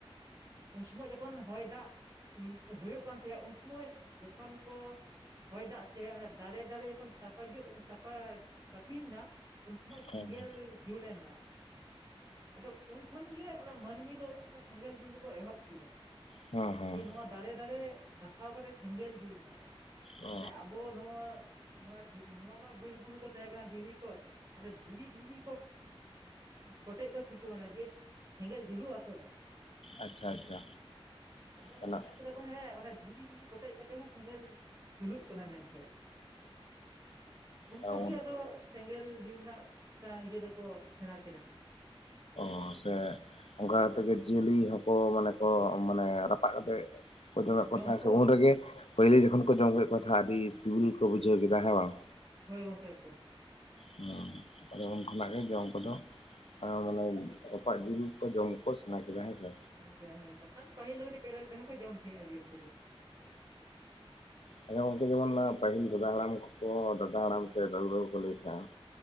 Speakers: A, on the right; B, on the left.
A: ᱩᱱ ᱥᱚᱢᱚᱭ ᱡᱚᱠᱷᱚᱱ ᱦᱚᱭ ᱫᱟᱜ ᱦᱩᱭᱩᱜ ᱠᱟᱱ ᱛᱟᱦᱮᱸᱱᱟ ᱩᱱ ᱥᱚᱢᱚᱭ ᱡᱚᱠᱷᱚᱱ ᱠᱚ ᱦᱚᱭ ᱫᱟᱜ ᱛᱮ ᱚᱱᱟ ᱛᱟᱨᱮ ᱫᱟᱨᱮ ᱡᱚᱠᱷᱚᱱ ᱛᱟᱯᱟᱜᱤᱭᱟ ᱛᱟᱯᱟ ᱛᱯᱤᱧ ᱮᱱᱟ ᱩᱱ ᱥᱚᱢᱚᱭ ᱥᱮᱸᱜᱮᱞ
B: ᱦᱮᱸ ᱦᱮᱸ
A: ᱡᱩᱞᱮᱱᱟ ᱾ ᱟᱫᱚ ᱩᱱ ᱠᱷᱚᱱ ᱜᱮ ᱚᱱᱟ ᱢᱟᱹᱱᱢᱤ ᱫᱚ ᱚᱱᱠᱟ ᱥᱮᱸᱜᱮᱞ ᱡᱩᱞ ᱫᱚᱠᱚ ᱮᱦᱚᱵ ᱠᱮᱫᱟ
B: ᱦᱚᱸ ᱦᱚᱸ
A: ᱡᱮ ᱱᱚᱣᱟ ᱫᱟᱨᱮ ᱫᱟᱨᱮ ᱜᱦᱟᱥᱟᱣ ᱠᱟᱛᱮᱜ ᱥᱮᱸᱜᱮᱞ ᱡᱩᱞ ᱮᱱᱟ
B: ᱚ
A: ᱛᱚᱵᱮ ᱟᱵᱚ ᱱᱚᱣᱟ ᱱᱚᱣᱟ ᱱᱚᱣᱟ ᱢᱟ ᱵᱤᱨ ᱵᱩᱨᱩ ᱠᱚ ᱛᱟᱦᱮᱸ ᱠᱟᱱᱟ ᱫᱷᱤᱨᱤ ᱠᱚ ᱟᱫᱚ ᱫᱷᱤᱨᱤ ᱫᱷᱤᱨᱤ ᱠᱚ, ᱠᱚᱴᱮᱡ ᱠᱟ ᱯᱷᱤᱠᱩ ᱢᱮᱱᱟ ᱡᱮ ᱦᱮᱸᱜᱮᱞ ᱡᱩᱞᱩᱜ ᱟᱥᱮ ᱵᱟ
B: ᱟᱪᱪᱷᱟ ᱟᱪᱪᱷᱟ
A: ᱟᱫᱚ
B: ᱛᱟᱦᱚᱞᱮ
A: ᱧᱮᱞ ᱠᱮᱫᱟᱠᱚ ᱦᱮᱸ ᱚᱱᱮ ᱫᱷᱤᱨᱤ ᱫᱷᱤᱨᱤ ᱠᱚᱴᱮᱡ ᱠᱟᱛᱮ ᱦᱚᱸ ᱥᱮᱸᱜᱮᱞ ᱡᱩᱞᱩᱜ ᱠᱟᱱᱟ ᱢᱮᱱᱛᱮ ᱩᱱᱠᱷᱚᱱ
B: ᱦᱚᱸ
A: ᱜᱮ ᱟᱫᱚ ᱥᱮᱸᱜᱮᱞ ᱡᱩᱞ ᱨᱮᱱᱟᱜ ᱤᱭᱟᱹ ᱫᱚᱠᱚ ᱥᱮᱬᱟ ᱠᱮᱫᱟ
B: ᱚᱥᱮ ᱚᱱᱠᱟ ᱠᱟᱛᱮᱜᱮ ᱡᱤᱭᱟᱹᱞᱤ ᱦᱚᱸᱠᱚ ᱢᱟᱱᱮ ᱠᱚ ᱢᱟᱱᱮ ᱨᱟᱯᱟᱜ ᱠᱟᱛᱮᱫ ᱠᱚ ᱡᱚᱢᱮᱫ
A: ᱡᱚᱢ
B: ᱠᱚ ᱛᱟᱦᱮᱸ
A: ᱦᱚᱸᱠᱚ
B: ᱥᱮ ᱩᱱ ᱨᱮᱜᱮ ᱯᱟᱦᱤᱞ ᱡᱚᱠᱷᱚᱱ ᱠᱚ ᱡᱚᱢ ᱞᱮᱫ ᱠᱚ ᱛᱟᱦᱮᱸ ᱟᱹᱰᱤ ᱥᱤᱵᱤᱞ ᱠᱚ ᱵᱩᱡᱷᱟᱹᱣ ᱠᱮᱫᱟ ᱦᱮᱸ ᱵᱟᱝ
A: ᱦᱳᱭ ᱜᱚᱝᱠᱮ ᱮᱠᱫᱚᱢ
B: ᱦᱩᱸ ᱟᱫᱚ ᱩᱱ ᱠᱷᱚᱱᱟᱜ ᱜᱮ ᱡᱚᱢ ᱠᱚᱫᱚ ᱮ ᱢᱟᱱᱮ ᱨᱟᱯᱟᱜ ᱡᱤᱞ ᱠᱚ ᱡᱚᱢᱠᱚ ᱥᱮᱲᱟ ᱠᱮᱫᱟ ᱦᱮᱸᱥᱮ
A: <inaudible> ᱵᱟᱠᱷᱟᱱ ᱯᱟᱹᱦᱤᱞ ᱵᱮᱨᱮᱞ ᱛᱮᱦᱚᱸ ᱠᱚ ᱡᱚᱢ ᱛᱟᱦᱮᱸᱜᱼᱟ ᱡᱤᱞ ᱠᱚᱫᱚ᱾
B: ᱟᱪᱪᱷᱟ ᱜᱚᱝᱠᱮ ᱡᱮᱢᱚᱱ ᱯᱟᱹᱦᱤᱞ ᱫᱟᱫᱟ ᱦᱟᱲᱟᱢ ᱠᱚ ᱫᱟᱫᱟ ᱦᱟᱲᱟᱢ ᱥᱮ ᱫᱟᱹᱫᱩ ᱛᱟᱠᱚ ᱞᱟᱹᱭ ᱛᱟᱦᱮᱸᱱᱟ,